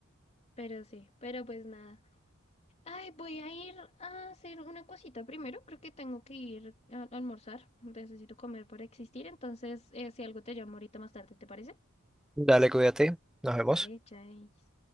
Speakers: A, on the left (about 30°); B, in the centre.
A: pero sí, pero pues nada. Ay, voy a ir a hacer una cosita primero, creo que tengo que ir a a almorzar, necesito comer para existir, entonces eh, si algo te llamo ahorita más tarde, ¿te parece?
B: Dale, cuídate. Nos vemos.
A: Vale, chais.